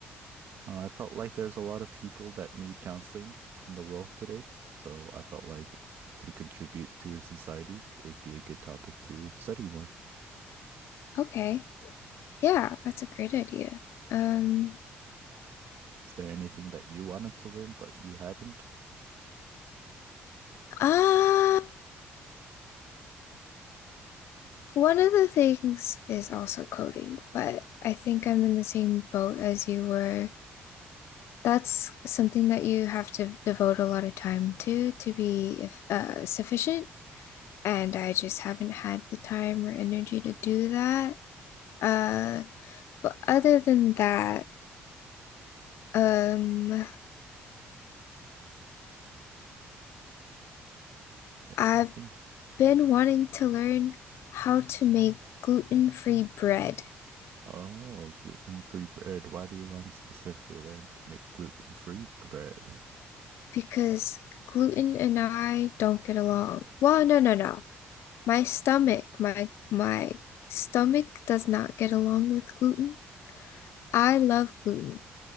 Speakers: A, on the right; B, on the left.
A: Uh, I felt like there's a lot of people that need counseling in the world today. So I felt like to contribute to society, it'd be a good topic to study more.
B: Okay. Yeah, that's a great idea. Um,
A: Is there anything that you wanted to learn but you haven't?
B: ah. One of the things is also coding, but I think I'm in the same boat as you were. That's something that you have to devote a lot of time to to be if, uh, sufficient, and I just haven't had the time or energy to do that. Uh, but other than that, um,
A: There's
B: I've
A: nothing.
B: been wanting to learn how to make gluten-free bread
A: Oh, gluten-free bread. Why do you want to specifically learn to make gluten-free bread?
B: because gluten and I don't get along. Well, no, no, no. My stomach, my my stomach does not get along with gluten. I love gluten.